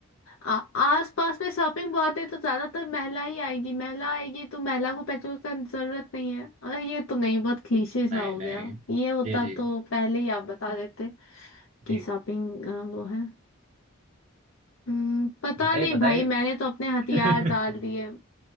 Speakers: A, on the left (about 70°); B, on the right (about 35°).
A: आ, आस पास में शॉपिंग बहुत है तो ज्यादातर महिला ही आएगी महिला आएगी तो महिला को पेट्रोल का जरूरत नहीं है अरे ये तो नहीं बहुत क्लीशे सा
B: नहीं
A: हो
B: नहीं
A: गया ये होता
B: जी जी
A: तो पहले ही आप बता देते कि
B: ठीक
A: शॉपिंग अ, वो है हम्म, पता
B: बताइए
A: नहीं
B: बताइए
A: भाई मैंने तो अपने हथियार
B: <laughs>
A: डाल दिए